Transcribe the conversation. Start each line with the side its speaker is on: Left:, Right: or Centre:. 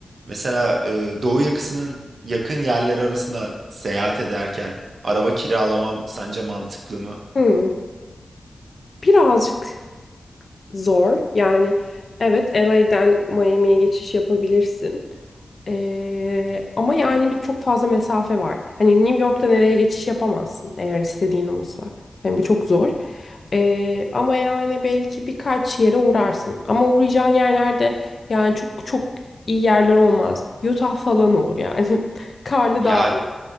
Right: mesela e, doğu yakasının yakın yerleri arasında seyahat ederken araba kiralamam sence mantıklı mı?
Left: Hmm, birazcık zor. Yani evet LA'den Miami'ye geçiş yapabilirsin. Ee, ama yani bir çok fazla mesafe var. Hani New York'tan LA'ye geçiş yapamazsın eğer istediğin oysa. Yani bu çok zor. Ee, ama yani belki birkaç yere uğrarsın. Ama uğrayacağın yerlerde yani çok çok iyi yerler olmaz. Utah falan olur yani. <laughs> Karlı
Right: Ya
Left: dağ.